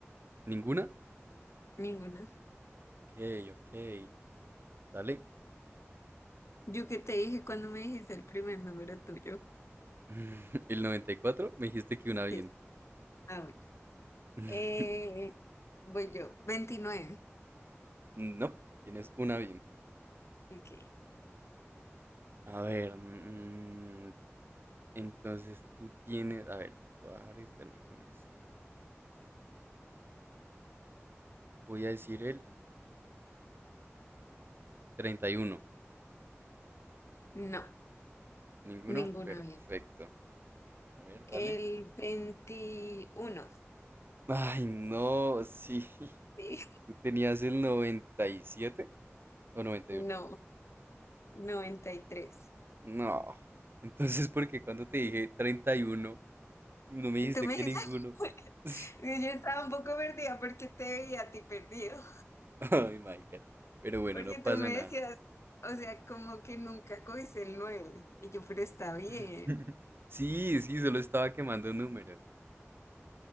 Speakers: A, on the right (about 50°); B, on the left (about 70°).
A: Ninguna.
B: ninguna.
A: Ok, ok. Dale.
B: Yo que te dije cuando me dijiste el primer número tuyo.
A: <laughs> El noventa y cuatro, Me dijiste que una bien.
B: Sí, ah, bueno.
A: <laughs>
B: Eh, Voy yo, veintinueve
A: No. Tienes una bien.
B: Ok.
A: A ver. mm, Entonces tú tienes, a ver, voy a arriesgarme con esto. Voy a decir el treinta y uno
B: No,
A: ¿Ninguno?
B: ninguna
A: Perfecto.
B: bien.
A: A ver, dale.
B: El 21.
A: Ay, no, sí. <laughs>
B: Sí.
A: Tú tenías el 97 o noventa
B: No,
A: y ocho
B: noventa y tres
A: No. Entonces, ¿por qué cuando te dije 31 no me dijiste
B: Tú me
A: que
B: dices,
A: ninguno?
B: <laughs>
A: Sí.
B: yo estaba un poco perdida porque te veía a ti perdido.
A: <laughs> Ay, my God. Pero bueno,
B: Porque
A: no pasa
B: tú me
A: nada.
B: decías, o sea, como que nunca cogiste el nueve Y yo, pero está bien.
A: <laughs> Sí, sí, solo estaba quemando números.